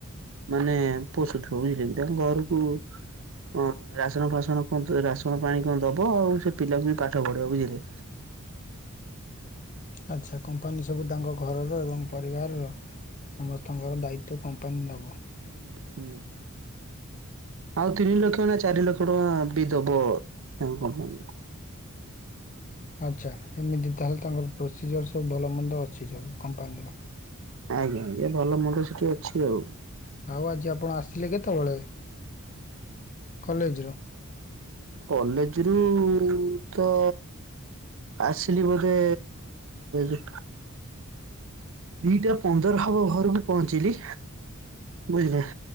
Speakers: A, on the right; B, on the left.
A: ମାନେ ପୋଷୁଥିବ ବୁଝିଲେ କି ତାଙ୍କ ଘରକୁ ହଁ ରାସନ ଫାସଣ କଣ ରାସ୍ କଣ ପାଇଁ କଣ ଦବ ସେ ପିଲାଙ୍କୁ ବି ପାଠ ପଢେଇବ ବୁଝିଲେ।
B: ଆଚ୍ଛା କମ୍ପାନୀ ସବୁ ତାଙ୍କ ଘରର ଏବଂ ପରିବାରର ସମସ୍ତଙ୍କର ଦାୟିତ୍ଵ କମ୍ପାନୀ ନବ।
A: ହୁଁ। ଆଉ ତିନି ଲକ୍ଷ ନା ଚାରି ଲକ୍ଷ ଟଙ୍କା ବି ଦବ ତାଙ୍କ କମ୍ପାନୀରେ।
B: ଆଚ୍ଛା ଏମିତି ତାହେଲେ ତାଙ୍କର ପ୍ରୋସିଜିର ସବୁ ଭଲମନ୍ଦ ଅଛି ସବୁ କମ୍ପାନୀର।
A: ଆଜ୍ଞା ଆଜ୍ଞା ଭଲ ମନ୍ଦ ସେଠି ଅଛି ଆଉ।
B: ଆଉ ଆଜି ଆପଣ ଆସିଲେ କେତେ ବେଳେ କଲେଜରୁ।
A: କଲେଜ ରୁ ତ ଆସିଲି ବୋଧେ ଦିଟା ଦିଟା ପନ୍ଦର ହବ ଘରକୁ ପହଞ୍ଚିଲି ବୁଝିଲେ।